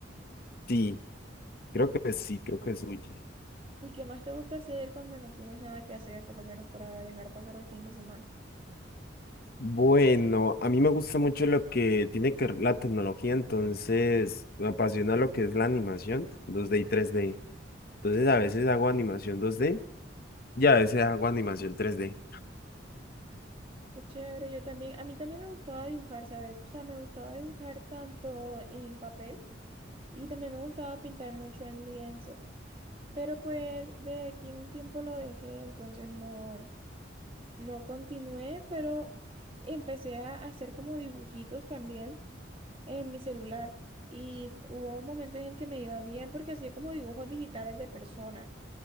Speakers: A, on the left; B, on the right.
A: Sí, creo que sí, creo que es Huye.
B: <laughs> ¿Y qué más te gusta hacer cuando no tienes nada que hacer, por lo menos para dejar pasar el fin de semana?
A: Bueno, a mí me gusta mucho lo que tiene que ver la tecnología, entonces me apasiona lo que es la animación 2D y 3D. Entonces a veces hago animación 2D y a veces hago animación 3D.
B: Qué chévere, yo también, a mí también me gustaba dibujar, ¿sabes? O sea, me gustaba dibujar tanto en papel y también me gustaba pintar mucho en lienzo, pero pues de aquí en un tiempo lo dejé, entonces no. No continué, pero empecé a hacer como dibujitos también en mi celular. Y hubo un momento en el que me iba bien porque hacía como dibujos digitales de personas.